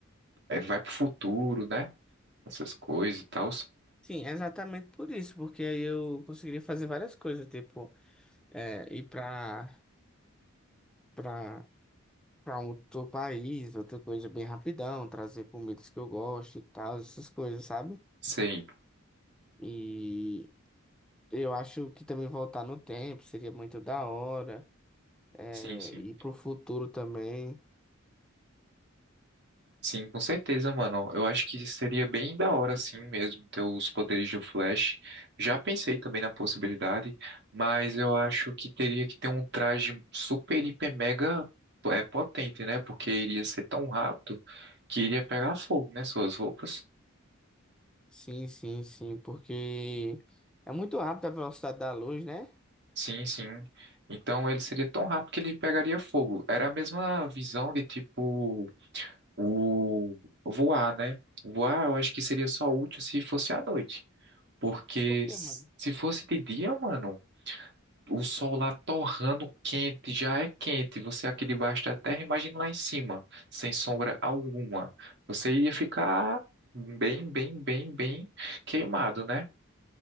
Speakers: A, on the right; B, in the centre.
A: eh, vai pro futuro, né? Essas coisas e tal.
B: Sim, é exatamente por isso, porque aí eu conseguiria fazer várias coisas, tipo, é, ir pra, pra, pra um outro país, outra coisa bem rapidão, trazer comidas que eu gosto e tal, essas coisas, sabe?
A: Sei.
B: E eu acho que também voltar no tempo seria muito da hora. É,
A: Sim, sim.
B: e pro futuro também.
A: Sim, com certeza, mano. Eu acho que seria bem da hora, assim mesmo, ter os poderes do Flash. Já pensei também na possibilidade, mas eu acho que teria que ter um traje super, hiper, mega é, potente, né? Porque iria ser tão rápido que iria pegar fogo, né? Suas roupas.
B: Sim, sim, sim, porque é muito rápido a velocidade da luz, né?
A: Sim, sim. Então ele seria tão rápido que ele pegaria fogo. Era a mesma visão de tipo o voar, né? Voar eu acho que seria só útil se fosse à noite. Porque
B: Por quê,
A: se
B: mano?
A: fosse de dia, mano, o sol lá torrando quente, já é quente. Você aqui debaixo da terra, imagina lá em cima, sem sombra alguma. Você iria ficar bem, bem, bem, bem queimado, né?